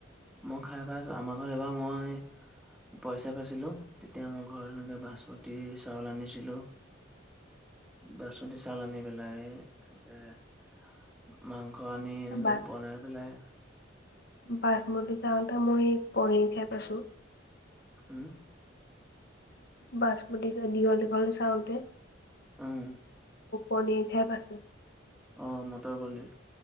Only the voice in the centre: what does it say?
মই খাই পাইছোঁ আমাৰ ঘৰত এবাৰ মই। পইচা পাইছিলো তেতিয়া আমাৰ ঘৰত এনেকে বাচমতি চাউল আনিছিলো। বাচমতি চাউল আনি পেলাই মাংস মাংস আনি এনেকে
বনাই পেলাই
উম
উম
অ মটৰ পনীৰ